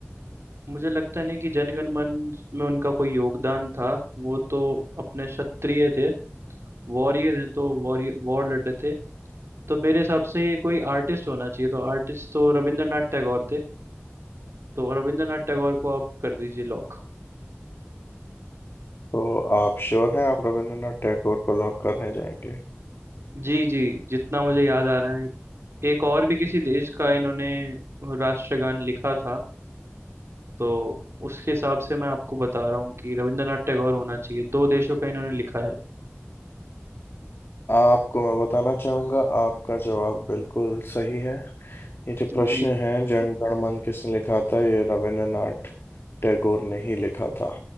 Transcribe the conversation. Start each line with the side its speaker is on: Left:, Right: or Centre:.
Right: मुझे लगता नहीं कि जनगण मन में उनका कोई योगदान था वो तो अपने क्षत्रिय थे वॉरियर हैं तो वॉरियर वॉर लड़े थे तो मेरे हिसाब से ये कोई आर्टिस्ट होना चाहिए तो आर्टिस्ट तो रविंद्रनाथ टैगोर थे तो रविंद्रनाथ टैगोर को आप कर दीजिए लॉक
Left: तो आप श्योर हैं आप रविंद्रनाथ टैगोर को लॉक करने जाएंगे
Right: जी जी जितना मुझे याद आ रहा है एक और भी किसी देश का इन्होंने राष्ट्रगान लिखा था तो उसके हिसाब से मैं आपको बता रहा हूँ कि रविंद्रनाथ टैगोर होना चाहिए दो देशों का इन्होंने लिखा है
Left: आपको मैं बताना चाहूंगा आपका जवाब बिल्कुल सही है ये जो प्रश्न
Right: जी
Left: है जन गण मन किसने लिखा था ये रविंद्रनाथ टैगोर ने ही लिखा था